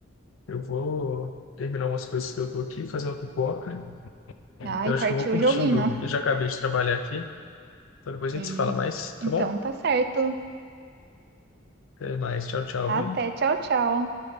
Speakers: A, on the left; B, on the right.
A: eu vou terminar umas coisas que eu tô aqui, fazer uma pipoca,
B: Ai,
A: eu acho
B: partiu
A: que eu vou curtir
B: o joguinho.
A: o jogo, eu já acabei de trabalhar aqui, então depois a
B: Sim.
A: gente se fala mais, tá
B: Então
A: bom?
B: tá certo.
A: Até mais, tchau, tchau,
B: Até,
A: viu?
B: tchau, tchau.